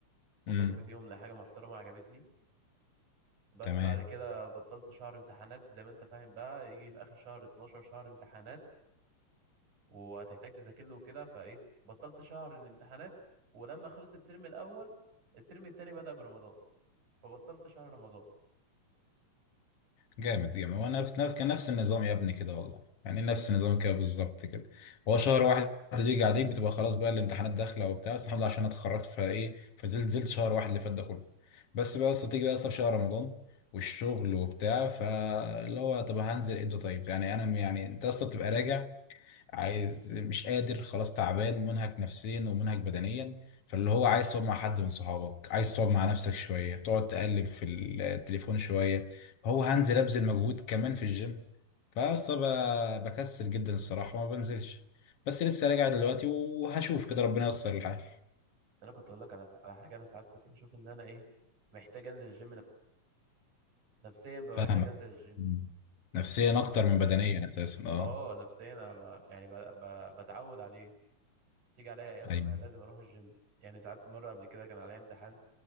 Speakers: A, on the right; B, on the left.
A: وصلت
B: امم
A: فيهم لحاجة محترمة عجبتني بس
B: تمام
A: بعد كده بطلت شهر امتحانات زي ما انت فاهم بقى يجي في آخر شهر 12 شهر امتحانات وهتحتاج تذاكر له وكده فايه بطلت شهر الامتحانات ولما خلص الترم الأول الترم التاني بدأ برمضان فبطلت شهر رمضان
B: جامد جامد هو نفس نفس- كان نفس النظام يا ابني كده والله يعني نفس النظام كده بالظبط كده هو شهر واحد بيجي عليك بتبقى خلاص بقى الامتحانات داخله وبتاع بس الحمد لله عشان انا اتخرجت فايه فنزلت نزلت شهر واحد اللي فات ده كله بس بقى اصل تيجي بقى اصلا في شهر رمضان والشغل وبتاع فاللي هو طب هنزل امتى طيب يعني انا م- يعني انت اصلا بتبقى راجع عايز مش قادر خلاص تعبان منهك نفسيا ومنهك بدنيا فاللي هو عايز تقعد مع حد من صحابك عايز تقعد مع نفسك شوية تقعد تقلب في التليفون شوية هو هنزل أبذل مجهود كمان في الجيم فأصلا ب- بكسل جدا الصراحة وما بنزلش بس لسه راجع دلوقتي وهشوف كده ربنا ييسر الحال
A: انا كنت اقول لك على على حاجة انا ساعات كنت بشوف ان انا ايه محتاج انزل الجيم نفسيا بقى
B: فاهمك
A: محتاج انزل الجيم
B: مم. نفسيا أكتر
A: بس
B: من بدنيا أساسا اه
A: اه نفسيا انا ب... يعني ب... ب... بتعود عليه تيجي عليا ايام
B: أيوه
A: لازم اروح الجيم يعني ساعات مره قبل كده كان عليا امتحان